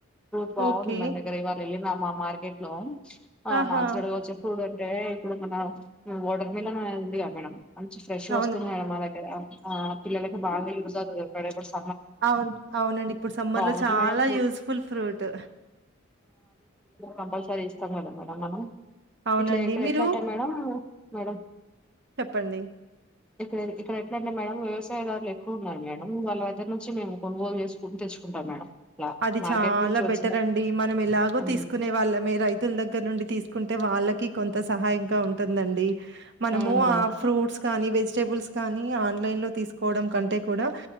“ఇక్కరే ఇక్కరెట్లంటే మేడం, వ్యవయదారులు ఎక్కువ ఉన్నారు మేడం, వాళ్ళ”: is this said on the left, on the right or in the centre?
Centre